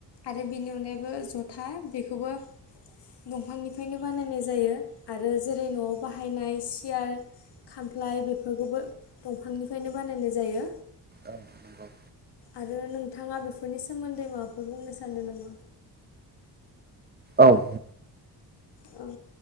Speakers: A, on the left; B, on the right.
A: आरो बेनि अनगायैबो जथा बेखौबो। दंफांनिफ्रायनो बानायनाय जायो आरो जेरै नआव बाहायनाय सियार। खामफ्लाय बेफोरखौबो दंफांनिफ्रायनो बानायनाय जायो।
B: औ नंगौ।
A: आरो नोंथाङा बेफोरनि सोमोन्दै माबाफोर बुंनो सानदों नामा?
B: औ।
A: औ